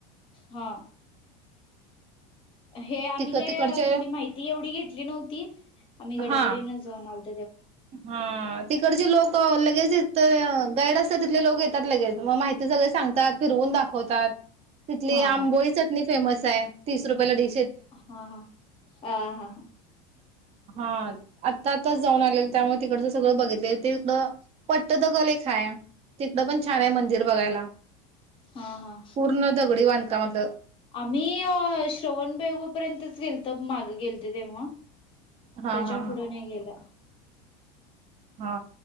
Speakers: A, on the left; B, on the right.
A: हा. हे आम्ही
B: तिक
A: काय
B: तिकडचे
A: तिथली माहिती एवढी घेतली नव्हती.. आम्ही गडबडीन
B: हा
A: जाऊन आलो.
B: हा, तिकडचे लोक. लगेच दे तीथ गाईड असतात. तिथले लोक येतात लगेच. मग माहिती सगळे सांगतात. फिरवून दाखवतात. तिथली
A: हा
B: आंबोळी चटणी फेमस आहे. तीस रुपये डि
A: हा हा. अं हा हा.
B: हा. आत्ता - आत्ताच जाऊन आले <unintelligible> हो बघितलंय तिथं पठ्ठथकल एक हाय. तिथं पण छान आहे मंदिर बघायला.
A: हा हा
B: पूर्ण दगडी बां कामातलं.
A: आम्ही श्रवण बेळगोळ पर्यंतच गेलत, मागे गेल <unintelligible> तेव्हा
B: हा
A: त्याच्या
B: हा हा
A: पुढे नाही गेला.
B: हा,